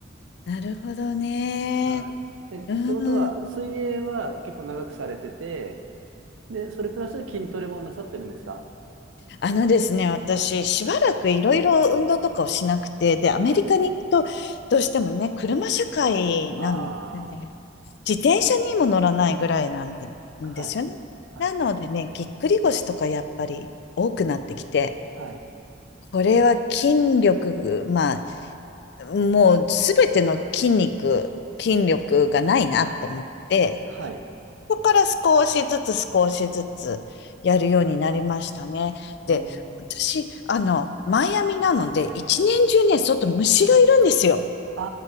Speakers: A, on the left; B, on the right.
A: あ、なるほどね。
B: はい。え、ってことは、
A: うん。
B: 水泳は結構長くされてて、で、それプラス筋トレもなさってるんですか
A: あのですね、私、しばらくいろいろ運動とかをしなくて、で、アメリカにいると、
B: はい。
A: どうしてもね、車社会なので、
B: あ
A: 自転車にも乗らないぐらいなんで、
B: あはい。
A: んですよね。
B: はい。
A: なのでね、ぎっくり腰とかやっぱり多くなってきて、
B: はい。
A: これは筋力、まあ、もうすべての筋肉、筋力がないなと思って、
B: はい。
A: そこから少しずつ少しずつやるようになりましたね。
B: うーん。
A: で、私、
B: あ
A: あの、マイアミなので、一年中ね、外虫がいるんですよ。
B: あ、